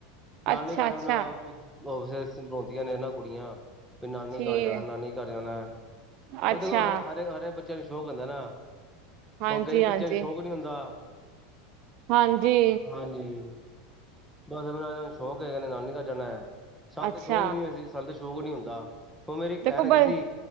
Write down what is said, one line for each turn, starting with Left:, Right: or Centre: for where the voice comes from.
Centre: ਨਾਨੀ
Right: ਅੱਛਾ
Centre: ਘ
Right: ਅੱਛਾ
Centre: ਨਾ ਫ ਰੋਂਦੀਆਂ ਨੇ ਨਾ ਕੁੜੀਆਂ ਵੀ ਨਾਨੀ
Right: ਠੀਕ
Centre: ਘਰ ਜਾਣਾ,
Right: ਹੈ
Centre: ਨਾਨੀ ਘਰ ਜਾਣਾ
Right: ਅੱਛਾ
Centre: ਉਹ ਦੇਖੋ ਹਰ ਹਰੇ ਹਰੇਕ ਬੱਚਿਆਂ ਨੂੰ ਸ਼ੌਕ ਹੁੰਦਾ ਨਾ,
Right: ਹਾਂਜੀ
Centre: ਉਹ ਕਈ ਬੱਚਿਆਂ
Right: ਹਾਂਜੀ
Centre: ਨੂੰ ਸ਼ੌਕ ਨ ਹੁੰਦਾ।
Right: ਹਾਂਜੀ।
Centre: ਹਾਂਜੀ, ਹੁਨ ਇਨਾ ਸ਼ੌਂਕ ਹੈ ਕਹਿੰਦੇ ਨਾਨੀ ਕਰ ਜਾਣਾ, ਸ਼ਾਨੂੰ
Right: ਅੱਛਾ
Centre: ਤੇ ਸ਼ੌਕ ਨੀ ਅਸੀ ਦ ਸ਼ੋਕ ਨਹੀਂੀ ਹੁੰਦਾ, ਉਹ ਮੇਰੀ ਇੱਕ
Right: ਦੇਖੋ
Centre: ਭੈਣ ਹੈਗੀ
Right: ਬ
Centre: ਸੀ।